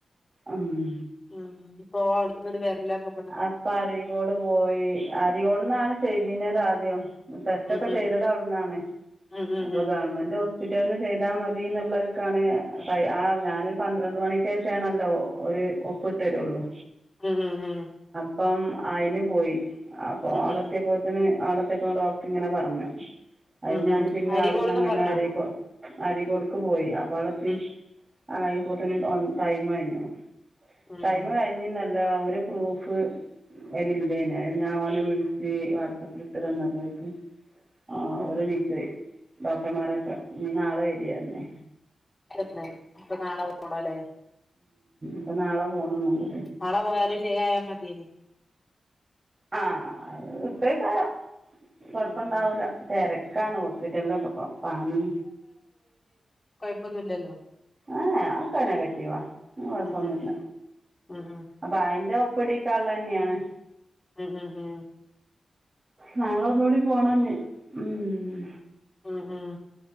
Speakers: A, on the right; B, on the left.
A: ആഹ്
B: ഉം പ്പൊ ഓ അവട്ന്നട് വര്ലപൊ
A: അപ്പൊ അരീകോട് പോയി അരിയോട്ന്നാണ് ചെയ്തിഞത് ആദ്യം ടെസ്റ്റ
B: ഉം
A: ഒക്കെ
B: ഉം
A: ചെയ്തത് അവിടന്നാണ്
B: ഉം ഉം
A: അപ്പൊ ഗവൺമെന്റ് ഹോസ്പിറ്റൽന്ന് ചെയ്താ മതി ന്നുള്ളക്കാണ് പൈ ആ ഞാനൊരു പന്ത്രണ്ട് മണിക്കേഷാണല്ലോ ഒരു ഒപ്പ്‌ ട്ടരുള്ളു
B: ഉംഉ ഉം
A: പ്പം ആയിന് പോയി അപ്പൊ
B: ഉം
A: അവിടത്യപോത്തിന് അവിടുത്യപ്പൊ ഡോക്റ്റ് ഇങ്ങനെ പറഞ്ഞു അഹ്
B: ഉം ഉം
A: ഞാന്
B: ഉം
A: പിന്നെ
B: അരി
A: അവിടുന്ന്
B: കൊട്ന്നും
A: അങ്ങനെ
B: പറഞ്ഞോ
A: അരീകൊ അരീകോടുക്ക് പോയി അപ്പ അവിടെത്തി
B: ഉം
A: ആയിപ്പോതിന്ണ്ടാവും ടൈം കയിഞ്ഞോ
B: ഉം
A: ടൈം കഴിഞ്ന്നല്ല ഒരു പ്രൂഫ് വരില്ലേന ഞാ ഓനെ വിളിച്ച് വാട്സആപ്പിലിട്ട് തന്നപ്പോക്ക് ആഹ്
B: ഉം
A: ഓല്
B: ഉം
A: നീച്ചോയി ഡോക്ടർമാരൊക്കെ ഞ്ഞി നാളെ വരിയർഞ്
B: <unintelligible> ഇപ് നാളെ പോണല്ലേ
A: പ്പം നാളെ പോണം ഒന്നുംകൂ
B: നാളെ പോയാലും ശരിയായ മതിയേഞ്
A: ആ ഇട്ടയ്കാരം കൊഴപ്പ
B: ഉം
A: ണ്ടാവൂല
B: ഉം
A: തെരക്കാണ്
B: ഉം
A: ഹോസ്പിറ്റല്ലൊന്നുപ്പം പാനി
B: സുഖല്ലലോ
A: ഏ ഏ അഒക്കെ നഗട്ടീവാ കൊഴപ്പൊന്നുല്ല
B: ഉം ഉം ഉം
A: അപ്പൊ അയിന്റെ ഒപ്പ്‌ടി തള്ളന്നെയാണ്
B: ഹ് ഹ് ഹ്
A: നാളെ ഒന്നൂടി പോണംഞ് ഉം
B: ഉം ഹു